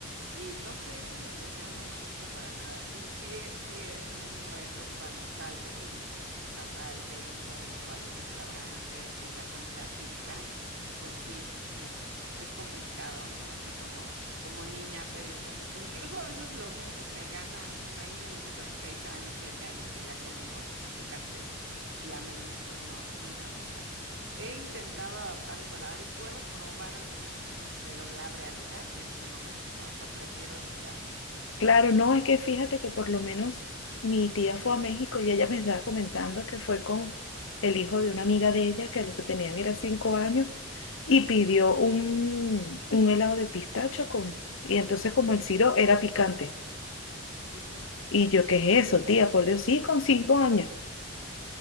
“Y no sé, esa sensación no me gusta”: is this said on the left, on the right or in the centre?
Right